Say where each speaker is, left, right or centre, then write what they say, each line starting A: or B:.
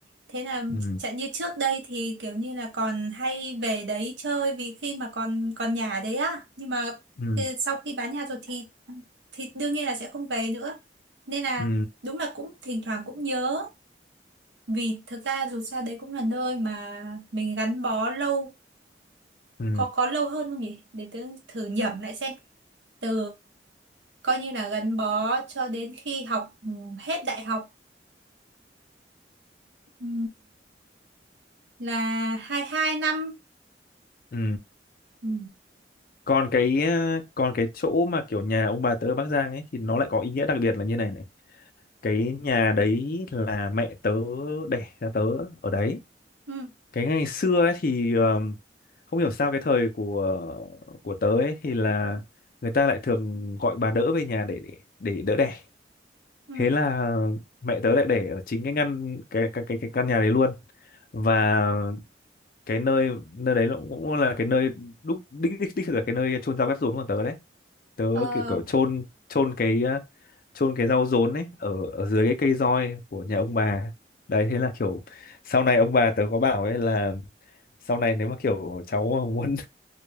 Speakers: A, on the right; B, on the left.
A: thế là
B: ừ
A: chẳng như trước đây thì kiểu như là còn hay về đấy chơi vì khi mà còn còn nhà đấy á nhưng mà
B: ừ
A: thì sau khi bán nhà rồi thì thì đương nhiên là sẽ không về nữa nên là
B: ừ
A: đúng là cũng thỉnh thoảng cũng nhớ vì thực ra dù sao đấy cũng là nơi mà mình gắn bó lâu
B: ừ
A: có có lâu hơn không nhỉ để tớ thử nhẩm lại xem từ coi như là gắn bó cho đến khi học ừ, hết đại học ừ, là hai hai năm
B: ừ
A: ừ
B: còn cái ờ, còn cái chỗ mà kiểu nhà ông bà tớ ở Bắc Giang ấy thì nó lại có ý nghĩa đặc biệt là như này này cái nhà đấy là mẹ tớ đẻ ra tớ ở đấy
A: ừ
B: cái ngày xưa ấy thì ờ, không hiểu sao cái thời của của tớ ấy thì là người ta lại thường gọi bà đỡ về nhà để để để đỡ đẻ
A: ừ
B: thế là mẹ tớ lại để ở chính cái ngăn cái cái cái, cái căn nhà đấy luôn và cái nơi nơi đấy nó cũng là cái nơi đúc đích đích, đích thực là cái nơi chôn rau cắt rốn của tớ đấy tớ
A: ờ
B: kiểu kiểu chôn chôn cái ờ, chôn cái rau rốn ấy ở ở dưới cái cây roi của nhà ông bà đấy thế là kiểu sau này ông bà tớ có bảo ấy là sau này nếu mà kiểu cháu mà muốn